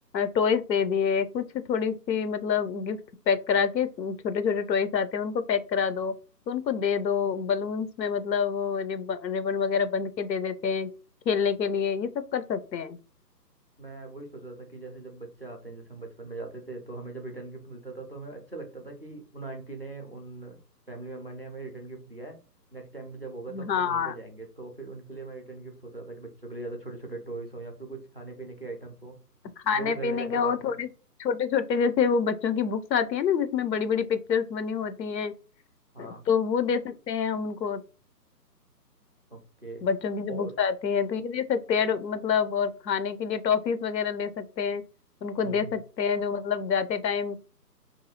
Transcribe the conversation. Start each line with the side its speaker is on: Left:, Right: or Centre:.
Left: टॉयज दे दिए कुछ थोड़ी सी मतलब गिफ्ट पैक करा के छोटे छोटे टॉयज आते हैं उनको पैक करा दो तो उनको दे दो बलून्स में मतलब रिबन रिबन वगैरह बंध के दे देते हैं खेलने के लिए ये सब कर सकते हैं
Right: मैं वही सोच रहा था कि जैसे जब बच्चे आते हैं जैसे हम बचपन में जाते थे तो हमें जब रिटर्न गिफ्ट मिलता था तो हमें अच्छा लगता था कि उन आंटी ने उन फैमिली मेम्बर ने हमें रिटर्न गिफ्ट दिया है नेक्स्ट टाइम भी जब होगा तो हम
Left: हाँ
Right: तो वहीं पे जाएंगे तो फिर उनके लिए मैं रिटर्न गिफ्ट सोच रहा था कि बच्चों के लिए या तो छोटे छोटे टॉयस हों या फिर कुछ खाने पीने के आइटम्स हों
Left: खाने
Right: जो वो घर
Left: पीने
Right: ले जाके
Left: का वो
Right: बाद में
Left: थोड़े छोटे छोटे जैसे वो बच्चों की बुक्स आती है ना जिसमें बड़ी बड़ी पिक्चर्स बनी होती हैं
Right: हाँ
Left: तो वो दे सकते हैं हम उनको
Right: ओके
Left: बच्चों की जो
Right: और
Left: बुक्स आती हैं तो ये दे सकते हैं मतलब और खाने के लिए टॉफीज वगैरह ले सकते हैं उनको
Right: हम्म
Left: दे
Right: हम्म।
Left: सकते हैं जो मतलब जाते टाइम